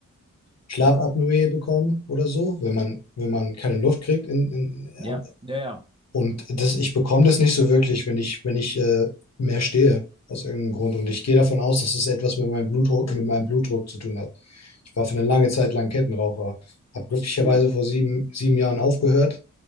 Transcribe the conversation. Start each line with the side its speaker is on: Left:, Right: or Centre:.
Left: Schlafapnoe bekommen oder so, wenn man, wenn man keine Luft kriegt in, in,
Right: Ja, ja, ja.
Left: und das, ich bekomme das nicht so wirklich, wenn ich, wenn ich äh, mehr stehe, aus irgendeinem Grund. Und ich gehe davon aus, dass es etwas mit meinem Blutdruck, mit meinem Blutdruck zu tun hat. Ich war für eine lange Zeit lang Kettenraucher. Habe glücklicherweise
Right: Oh.
Left: vor sieben, sieben Jahren aufgehört,